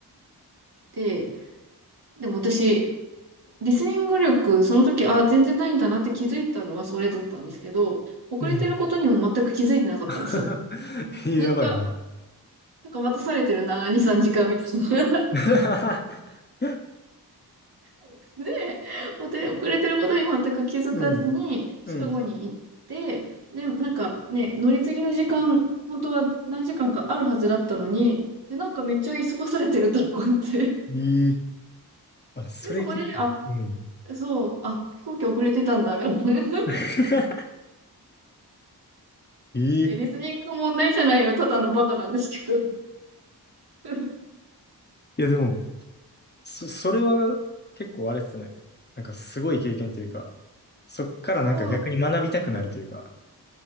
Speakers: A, on the right (about 65°); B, on the left (about 25°).
A: で、でも私、リスニング力、その時、あ、全然ないんだなって気づいたのはそれだったんですけど、遅れてることにも全く気づいてなかったんですよ。
B: うん。うん。<laughs> ええやばいな。
A: なんか、なんか待たされてるな、2、3時間みたいな。
B: <laughs>
A: <laughs> で、お手遅れてることに全く気づかずに、
B: うん。
A: シカゴに行って、
B: うん。
A: で、なんかね、乗り継ぎの時間、本当は何時間かあるはずだったのに、え、なんかめっちゃ急がされてると思って。
B: ええあ、それ結構、
A: で、そこで、あ、
B: うん。
A: そう、あ、飛行機遅れてたんだ、みたいな。<laughs>
B: <laughs> ええ
A: いや、リスニングの問題じゃないの、ただのバカなんですけど。<laughs>
B: いや、でも、そ、それは結構あれですね。なんかすごい経験というか、そっからなんか逆に学びたくなるというか。
A: そう、